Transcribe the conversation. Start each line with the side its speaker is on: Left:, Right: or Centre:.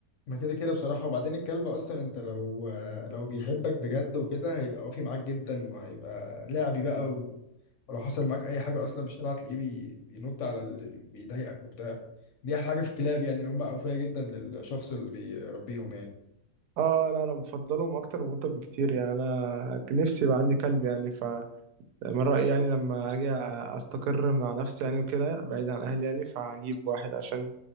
Left: ما كده كده بصراحه وبعدين الكلب اصلا انت لو لو بيحبك بجد وكده هيبقى وافي معاك جدا وهيبقى لعبي بقى و... ولو حصل معاك اي حاجه اصلا في الشارع هتلاقيه بي... بينط على اللي بيضايقك وبتاع دي احلى حاجه في الكلاب يعني اللي هم اوفياء جدا للشخص اللي بيربيهم يعني
Right: اه لا انا بفضلهم اكتر من القطط بكتير يعني انا كان نفسي يبقى عندي كلب يعني ف من رأيي يعني لما اجي استقر مع نفسي يعني وكده بعيد عن اهلي يعني فهجيب واحد عشان